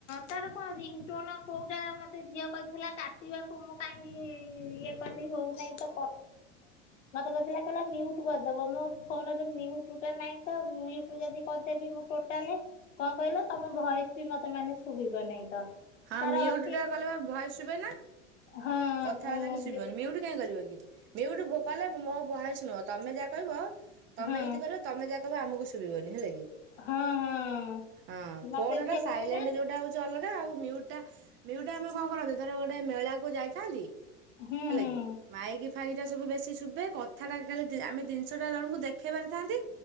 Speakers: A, on the left; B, on the right.
A: ତାର ପା ରିଙ୍ଗ ଟୋଣ <unintelligible> କେଉଁଟା ମୋତେ ଝିଅ କହିଥିଲା କାଟିବାକୁ ମୁଁ କାହିଁକି ଇଏ କଲି ହଉନାହିଁ ତ ତ ମତେ କ କହିଲଟ କରିଦବ ମୋ ଫୋନଟଟା ନାଁ ତ <unintelligible> ଯଦି କହିଦେବି ମୁଁ ଟୋଟାଲି, କଣ କହିଲ ତମ ଭଏସ ବି ମତେ ମାନେ ଶୁଭିବ ନାହିଁ ତ
B: ହଁ
A: ତାର
B: ମ୍ୟୁଟ
A: ଅଛି
B: ଟା
A: ଯୋଉ
B: କଲେ ପା ଭଏସ ଶୁଭେନା।
A: ହଁ
B: କଥାବାର୍ତ୍ତା କିଛି ଶୁବିବନି,
A: ଯୋଉ
B: ମିଉଟ କାହିଁ କରିବ କି? ମିଉଟ କଲେ ମୋ ଭୟସ ନୁହଁ, ତମେ ଯାହା କହିବ ତମେ
A: ହଁ
B: ଯଦି କରିବ ତମେ ଯା ତ ଆମକୁ ଶୁଭିବନି ହେଲା କି?
A: ହଁ ହଁ।
B: ହଁ
A: ମତେ
B: ଫୋନ
A: ଝିଅ
B: ଟା
A: କହିଥିଲା
B: ସାଇଲେଣ୍ଟ ଯୋଉଟା ହଉଛି ଅଲଗା ଆଉ ଟା ମିଉଟଟା ଆମେ କଣ କରନ୍ତି, ଧର ଗୋଟେ ମେଳା କୁ ଯାଇଥାନ୍ତି
A: ହୁଁ
B: ହେଲା
A: ହୁଁ
B: କି, ମାଇକି ଫାଇକି ଟା ସବୁ ବେଶି ଶୁଭେ, କଥାଟା ଖାଲି ଆମେ ଜିନିଷଟା ଜଣଙ୍କୁ ଦେଖେଇ ପାରିଥାନ୍ତି।